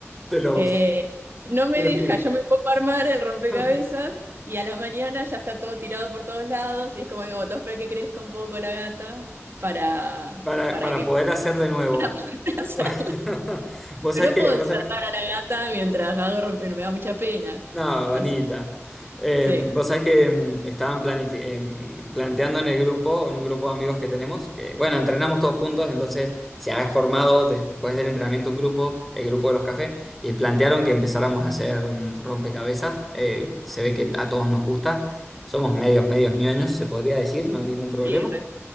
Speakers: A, in the centre; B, on the right.
A: Te los,
B: Eh, no me
A: te
B: deja,
A: los tiran.
B: yo me pongo a armar el rompecabezas
A: <laughs>
B: y a la mañana ya está todo tirado por todos lados y es como digo, todo espera que crezca un poco la gata para,
A: Para,
B: para
A: para
B: que...
A: poder hacer de nuevo.
B: Para poder <laughs> hacer.
A: <laughs> Vos
B: Pero
A: sabés que,
B: no puedo
A: vos
B: destratar
A: sabés-
B: a la gata mientras hago rompe- me da mucha pena.
A: No, bonita.
B: Así,
A: Eh,
B: sí.
A: vos sabés que mm, estaban planifi- em, planteando en el grupo, en un grupo de amigos que tenemos, que bueno, entrenamos todos juntos, entonces se ha formado después del entrenamiento un grupo, el grupo de los cafés, y plantearon que empezáramos a hacer mm, rompecabezas. Eh, se ve que a todos nos gusta, somos medios, medios ñoños, se podría decir, no hay ningún problema.
B: Sí. re-